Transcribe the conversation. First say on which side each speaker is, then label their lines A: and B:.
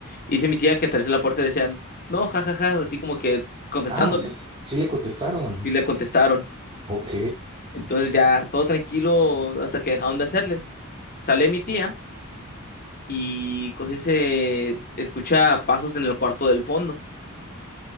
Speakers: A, on the left; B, on the right.
A: Y dice mi tía que atrás de la puerta decían, no, jajaja, ja, ja", así como que contestándole.
B: Ah, o sea, s- sí le contestaron.
A: Y le contestaron.
B: Ok,
A: Entonces ya todo tranquilo hasta que dejaron de hacerle. Sale mi tía y cosa dice, escucha pasos en el cuarto del fondo.